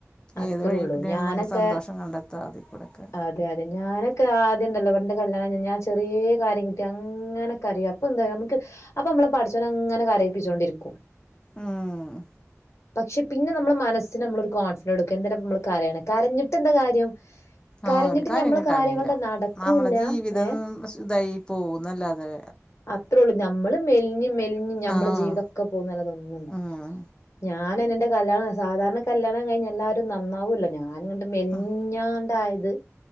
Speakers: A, on the left (about 65°); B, on the left (about 15°).
A: അത്രേ
B: ഏത് വഴി
A: ഉള്ളൂ
B: കൂടെയാണ്
A: ഞാനൊക്കെ
B: നമ്മൾ സന്തോഷം കണ്ടെത്താ അതിൽ കൂടൊക്കെ
A: അതെ അതെ ഞാനൊക്കെ ആദ്യംണ്ടല്ലോ പണ്ട് കല്യാണം കയ്ഞ്ഞ ഞാൻ ചെറിയ കാര്യം കിട്ടിയ അങ്ങന കരയും അപ്പൊ എന്ത നമക്ക് അപ്പൊ മ്മളെ പട്ച്ചോന് അങ്ങനെ കരയിപ്പിച്ചോണ്ടിരിക്കും
B: ഉം
A: പക്ഷെ പിന്നെ നമ്മള മനസ്സിന് നമ്മളൊരു കോൺസ്‌ ഇ എടുക്ക എന്തിന നമ്മള് കരയണ് കരഞ്ഞിട്ട് എന്ത കാര്യം കരഞ്ഞിട്ട്
B: ആ ഒരു കാര്യം
A: നമ്മളെ
B: കിട്ടാനില്ല
A: കാര്യങ്ങളുടെ നടക്കൂല്ല
B: നമ്മളെ ജീവിതം ഇതായി പോകന്നല്ലാതെ
A: അത്രേ ഉള്ളൂ നമ്മള് മെൽഞ്ഞ് മെൽഞ്ഞ് ഞ്ഞമ്മളെ
B: ആഹ്
A: ജീവിതക്കെ പോകുന്നല്ലാതെ ഒന്നുംണ്ടാവ്
B: ഉം
A: ല ഞാൻ എന്റെ കല്യാണം, സാധാരണ കല്യാണം കഴിഞ്ഞ എല്ലാവാരും നന്നാവല്ലോ! ഞാൻ ഇങ്ങട്ട് മെല്ഞ്ഞാണ്ടായത്
B: ഉം